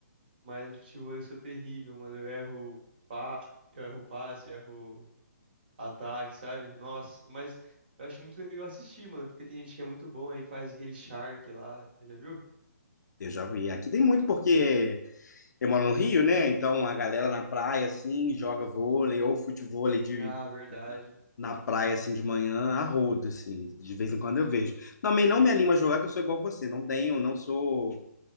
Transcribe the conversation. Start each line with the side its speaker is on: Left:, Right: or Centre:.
Right: mas no futebol eu sou terrível, mano. Eu erro pa... eu erro passe, erro. Ataque, sabe? Nossa, mas eu acho muito legal assistir, mano, porque tem gente que é muito bom aí faz aquele Shark lá, já viu?
Left: Eu já vi. Aqui tem muito porque eu moro no Rio, né? Então a galera na praia, assim, joga vôlei ou futevôlei de,
Right: Ah, verdade.
Left: na praia, assim, de manhã, a rodo, assim. De vez em quando eu vejo. Também não me animo a jogar, que eu sou igual você. Não tenho, não sou,